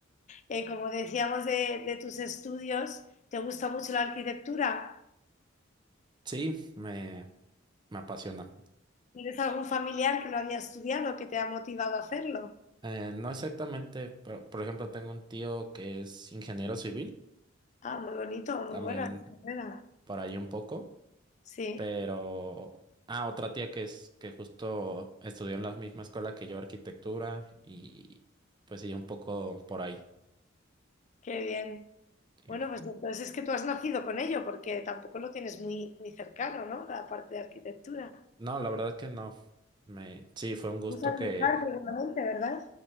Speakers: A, on the left; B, on the right.
A: Eh, como decíamos de, de tus estudios, ¿te gusta mucho la arquitectura?
B: Sí, me, me apasiona.
A: ¿Tienes algún familiar que lo había estudiado, que te ha motivado a hacerlo?
B: Eh, no exactamente, pero por ejemplo tengo un tío que es ingeniero civil,
A: Ah, muy bonito, muy
B: también
A: buena. enhorabuena.
B: por ahí un poco,
A: Sí,
B: pero... Ah, otra tía que es que justo estudió en la misma escuela que yo, arquitectura, y pues sí, un poco por ahí.
A: qué bien.
B: sí.
A: Bueno, pues entonces es que tú has nacido con ello, porque tampoco lo tienes muy, muy cercano, ¿no? La parte de arquitectura.
B: No, la verdad que no. Me, sí, fue un gusto
A: Usas dibujar
B: que,
A: seguramente, ¿verdad?